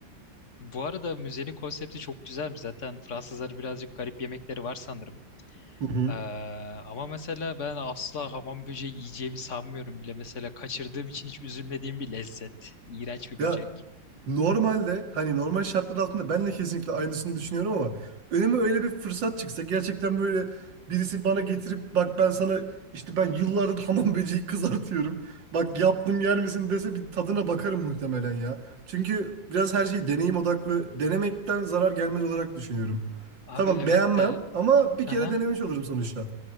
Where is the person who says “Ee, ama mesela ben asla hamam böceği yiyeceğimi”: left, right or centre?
Left